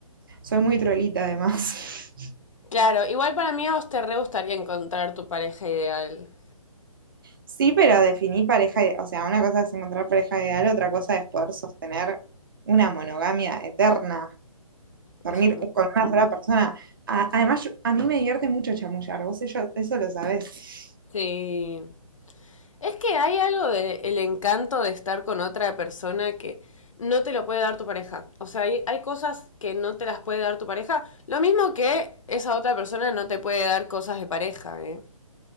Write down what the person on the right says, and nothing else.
Soy muy trolita además. <laughs>
Sí, pero definí pareja, i- o sea, una cosa es encontrar pareja ideal, otra cosa es poder sostener una monogamia eterna, dormir
con una sola persona. A- además, yo- a mí me divierte mucho chamullar, vos eso, eso lo sabés.